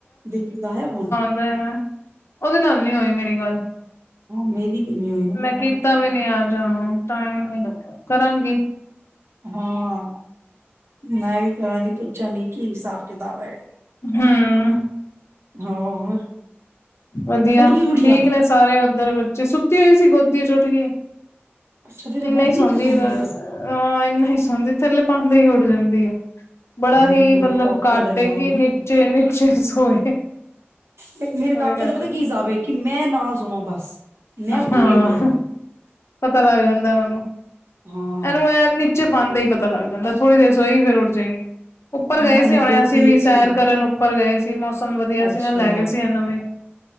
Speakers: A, on the right; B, on the left.
A: ਦਿਲਪ੍ਰੀਤ ਦਾ ਆਇਆ ਫ਼ੋਨ?
B: ਮੈਂ ਉਹਦੇ ਨਾਲ ਨੀ ਹੋਈ ਮੇਰੀ ਗੱਲ।
A: ਹਾਂ ਮੇਰੀ ਵੀ ਨੀ ਹੋਈ ਨਾ ਮੇਰੇ
B: ਮੈਂ
A: ਨਾਲ
B: ਕੀਤਾ ਵੀ ਨੀ ਅਜ ਓਨੂੰ ਟਾਇਮ ਨਈ ਲਗਾ ਕਰਾਗੀ।
A: ਹਾਂ ਮੈਂ ਵੀ ਕਰਾ ਨੀ ਪੁੱਛਾਂਗੀ ਕੀ ਹਿਸਾਬ- ਕਿਤਾਬ ਹੈ।
B: ਹੂੰ
A: ਹਾਂ ਹੋਰ
B: ਵਧੀਆ
A: ਉੱਠ ਗਈ ਗੁੜੀਆ
B: ਠੀਕ ਨੇ ਸਾਰੇ ਉੱਧਰ ਬੱਚੇ ਸੁੱਤੀ ਹੋਈ ਸੀ ਗੋਦੀ ਚ ਉੁੱਠ ਗਈ
A: ਅੱਛਾ ਫੇਰ ਇਹ
B: ਇੰਨਾ
A: ਗੋਦੀ
B: ਹੀ ਸੌਂਦੀ
A: ਚ
B: ਐ ਬਸ।
A: ਕ
B: ਅਹ ਇੰਨਾ ਹੀ ਸੌਦੀ ਥੱਲੇ ਪਾਦੇ ਹੀ ਉੱਡ ਜਾਂਦੀ ਆ ਬੜਾ
A: ਹੇ
B: ਹੀ
A: ਮੇਰੇ
B: ਮਤਲਬ
A: ਕਾਕੇ
B: ਘੱਟ
A: ਵਾਲਾ ਹਿਸਾਬ ਈ
B: ਜੇ ਨੀਚੇ ਸੋਏ।
A: ਤੇ ਮੇਰੇ
B: ਉਹਦੇ
A: ਕਾਕੇ
B: ਘੱਟ
A: ਦਾ ਪਤਾ ਕੀ ਜਾਬ ਹੈ ਕਿ ਮੈਂ ਨਾ ਸੋਵਾਂ ਬਸ ਮੈਂ ਉੱਠਾਂਗੀ
B: ਹਾਂ
A: ਉੱਠ ਜਾਏਗਾ
B: ਪਤਾ ਲੱਗ ਜਾਂਦਾ ਉਹਨੂੰ
A: ਹਾਂ
B: ਇਹਨੂੰ ਇਹ ਨੀਚੇ ਪਾਦੇ ਹੀ ਪਤਾ ਲੱਗ ਜਾਂਦਾ ਥੋੜੀ ਦੇਰ ਸੌਈ ਫਿਰ ਉਠ ਜਾਏਗੀ ਉੱਪਰ
A: ਹਾਂ
B: ਗਏ
A: ਇਹਨੂੰ
B: ਸੀ ਹੁਣੇ
A: ਗੋਦੀ
B: ਅਸੀਂ ਵੀ ਸੈਰ
A: ਚ
B: ਕਰਨ ਉੱਪਰ ਗਏ ਸੀ ਮੌਸਮ ਵਧੀਆ
A: ਅੱਛਾ
B: ਸੀ ਨਾਲ ਲੈ ਗਏ ਸੀ ਇਹਨੂੰ ਵੀ